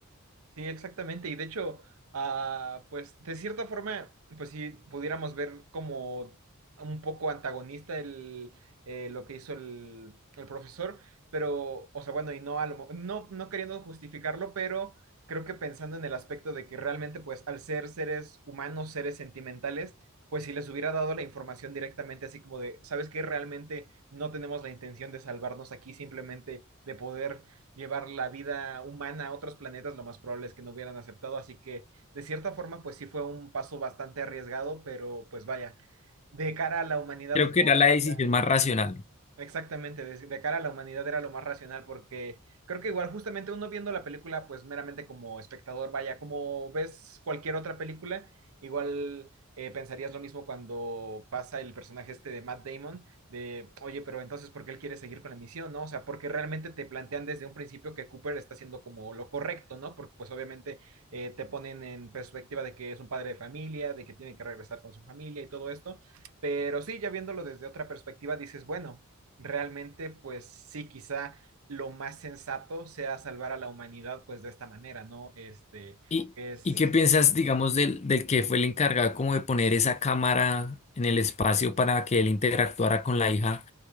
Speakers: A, on the right (about 75°); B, on the left (about 30°).
A: Sí, exactamente. Y de hecho, ah, pues de cierta forma, pues si pudiéramos ver como un poco antagonista el, eh, lo que hizo el, el profesor, pero, o sea, bueno, y no, a lo mo- no, no queriendo justificarlo, pero creo que pensando en el aspecto de que realmente, pues al ser seres humanos, seres sentimentales, pues si les hubiera dado la información directamente, así como de, ¿sabes qué? Realmente no tenemos la intención de salvarnos aquí, simplemente de poder llevar la vida humana a otros planetas, lo más probable es que no hubieran aceptado. Así que, de cierta forma, pues sí fue un paso bastante arriesgado, pero pues vaya, de cara a la humanidad,
B: Creo
A: supongo
B: que era la
A: que sí
B: decisión
A: era
B: más racional.
A: Exactamente, de, de cara a la humanidad era lo más racional, porque creo que igual justamente uno viendo la película, pues meramente como espectador, vaya, como ves cualquier otra película, igual eh, pensarías lo mismo cuando pasa el personaje este de Matt Damon, de, oye, pero entonces, ¿por qué él quiere seguir con la misión, no? O sea, porque realmente te plantean desde un principio que Cooper está haciendo como lo correcto, ¿no? Porque pues obviamente eh, te ponen en perspectiva de que es un padre de familia, de que tiene que regresar con su familia y todo esto. Pero sí, ya viéndolo desde otra perspectiva, dices, bueno, realmente, pues sí, quizá lo más sensato sea salvar a la humanidad, pues de esta manera, ¿no? Este,
B: ¿Y,
A: es...
B: y qué piensas, digamos, del, del que fue el encargado como de poner esa cámara en el espacio para que él interactuara con la hija?